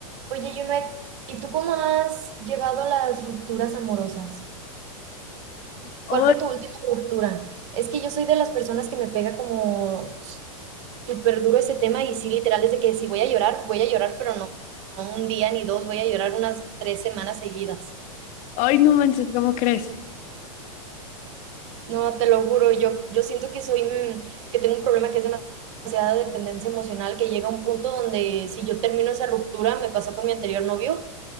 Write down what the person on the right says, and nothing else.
Oye, Junet, ¿y tú cómo has llevado las rupturas amorosas?
¿Cuál fue tu última ruptura? Es que yo soy de las personas que me pega como súper duro ese tema y sí, literal, desde que si voy a llorar, voy a llorar, pero no, no un día ni dos, voy a llorar unas tres semanas seguidas.
No, te lo juro, yo, yo siento que soy, mm, que tengo un problema que es demasiada dependencia emocional, que llega a un punto donde si yo termino esa ruptura, me pasó con mi anterior novio,